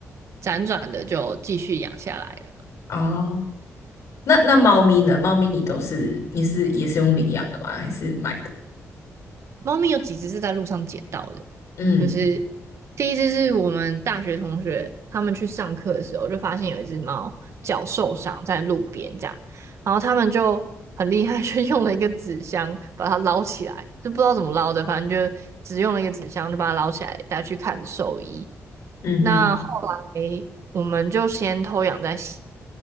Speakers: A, on the right (about 60°); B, on the left (about 70°).
A: 辗转的就继续养下来了。
B: 哦，那那猫咪呢？猫咪你都是你是也是用领养的吗？还是买的？
A: 猫咪有几只是在路上捡到的，
B: 嗯
A: 就是第一只是我们大学同学，他们去上课的时候就发现有一只猫脚受伤在路边这样，然后他们就很厉害，<laughs> 就用了一个纸箱把它捞起来，就不知道怎么捞的，反正就只用了一个纸箱就把它捞起来带去看兽医。
B: 嗯哼
A: 那后来我们就先偷养在洗